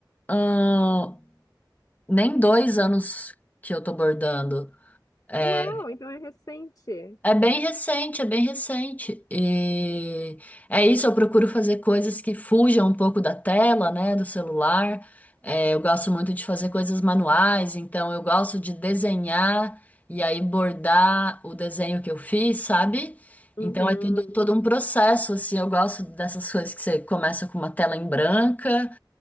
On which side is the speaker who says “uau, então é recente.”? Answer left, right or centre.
Left